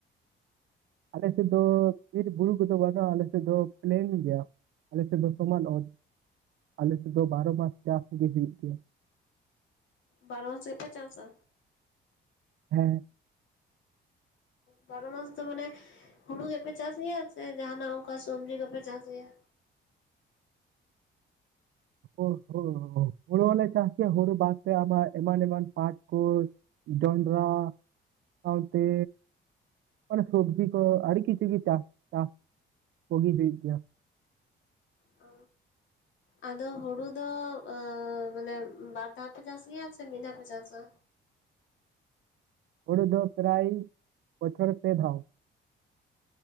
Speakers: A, on the right; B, on the left.
A: ᱟᱞᱮ ᱥᱮᱫ ᱫᱚ ᱵᱤᱨ ᱵᱩᱨᱩ ᱠᱩ ᱫᱚ ᱵᱟᱝ ᱟᱞᱮ ᱥᱮᱫ ᱫᱚ ᱯᱞᱮᱱ ᱜᱮᱭᱟ ᱟᱞᱮ ᱥᱮᱫ ᱫᱚ ᱥᱚᱢᱟᱱ ᱚᱛ ᱟᱞᱮ ᱥᱮᱫ ᱫᱚ ᱵᱟᱨᱚ ᱢᱟᱥ ᱪᱟᱥ ᱜᱮ ᱦᱩᱭᱩᱜ ᱜᱮᱭᱟ
B: ᱵᱟᱨᱚ ᱢᱟᱥ ᱜᱮ ᱯᱮ ᱪᱟᱥᱟ
A: ᱦᱮᱸ
B: ᱵᱟᱨᱚ ᱢᱟᱥ ᱫᱚ ᱢᱟᱱᱮ ᱦᱩᱲᱩ ᱜᱮᱯᱮ ᱪᱟᱥ ᱜᱮᱭᱟ ᱥᱮ ᱡᱟᱦᱟᱸᱱᱟᱜ ᱚᱱᱠᱟ ᱥᱚᱵᱽᱡᱤ ᱠᱚᱯᱮ ᱪᱟᱥ ᱜᱮᱭᱟ
A: ᱚ ᱦᱳ ᱦᱩᱲᱩ ᱦᱚᱸᱞᱮ ᱪᱟᱥ ᱜᱮᱭᱟ ᱦᱩᱲᱩ ᱵᱟᱫ ᱛᱮ ᱟᱵᱟᱨ ᱮᱢᱟᱱ ᱮᱢᱟᱱ ᱯᱟᱴ ᱠᱚ ᱡᱚᱱᱰᱽᱨᱟ ᱥᱟᱶᱛᱮ ᱢᱟᱱᱮ ᱥᱚᱵᱽᱡᱤ ᱠᱚ ᱟᱹᱰᱤ ᱠᱤᱪᱷᱩ ᱜᱮ ᱪᱟᱥ ᱪᱟᱥ ᱠᱚ ᱜᱤ ᱦᱩᱭᱩᱜ ᱠᱟᱱᱟ
B: ᱚ ᱟᱫᱚ ᱦᱩᱲᱩ ᱫᱚ ᱢᱟᱱᱮ ᱵᱟᱨ ᱫᱷᱟᱣ ᱯᱮ ᱪᱟᱥ ᱜᱮᱭᱟ ᱥᱮ ᱢᱤᱫ ᱫᱷᱟᱣ ᱯᱮ ᱪᱟᱥᱟ
A: ᱦᱳᱲᱳ ᱫᱚ ᱯᱨᱟᱭ <inaudible> ᱵᱚᱪᱷᱚᱨ ᱯᱮ ᱫᱷᱟᱣ ᱾